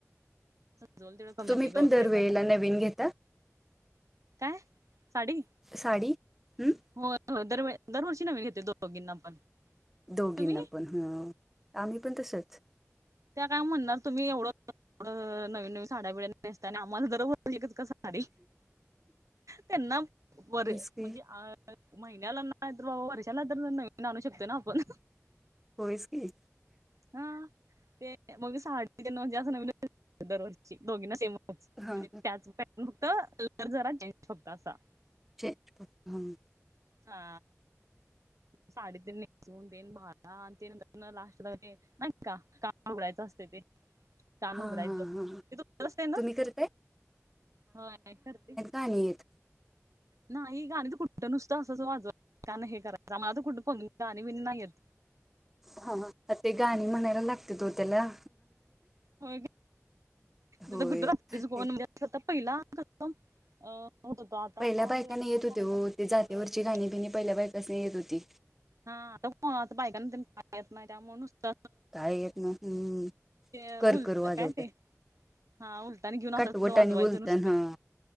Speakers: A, on the right; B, in the centre.
A: जाऊन तिकडं कमी
B: तुम्ही
A: असते,
B: पण
A: गौरीना
B: दरवेळेला
A: त्रा
B: नवीन घेता
A: काय साडी.
B: साडी हम्म
A: होय. हो दरवेळ, दरवर्षी नवीन घेते दो दोघींना पण.
B: दोघींना
A: तुम्ही
B: पण हम्म, आम्ही पण तसंच.
A: त्या काय म्हणणार, तुम्ही एवढं एवढ नवीन नवीन साड्या बिड्या नेस नेसताना आम्हाला दरवर्षी एकच का साडी? त्यांना बर
B: होयच की
A: म्हणजे अ महिन्याला ना तर बाबा वर्षाला तर इथन आणू शकते ना आपण.
B: होईस की.
A: हा. ते मग साडी ते म्हणजे असं नवनवीनच दरवर्षी दोघींना सेमच
B: हा
A: म्हणजे त्याच पॅट फक्त लेअर करा चेंज फक्त असा.
B: चेंज फक्त, हं.
A: हा साडी तेन नेसवून तेन भाला आणि तेन गंध लास्टला ते नाहीत का कान उघडायचं असते ते. न
B: हां
A: उघडयचं,
B: हां हां
A: ए तो पर्स हाय ना,
B: तुम्ही करताय
A: होय करते की
B: गानी येत.
A: नाही गाणी तर कुठं नुसत असं अस वाजवा का नाही हे करायं आ माझं कुठ तर कुठं कोण गाणी बिनी नाही आहेत.
B: हा हा, मग ते गाणी म्हणायला लागतेत ओ त्याला.
A: होय की?
B: होय
A: आता कुठं रात्रीच कोण
B: एक
A: म्हणजे आता पहिला कस्टम अ. होतं होतो, आता
B: पहिल्या बायकांना
A: ते कोण
B: येत
A: आता
B: होते
A: बायका
B: हो ते
A: तेवढं
B: जातीवरची
A: हे करत
B: गाणी
A: नाईत.
B: बिणी पहिल्या बायकासनी येत होती
A: हा आता को आता बायकांना पण खाय येत नाही त्यामुळं नुस्त.
B: काय येत नाय हम्म.
A: ते
B: करकर
A: उलत
B: वाजवतं
A: काय ते? हा उलतान घेऊन असं
B: काटवट
A: असं वाजवायचं
B: आणि उलतान
A: नुसतं.
B: हां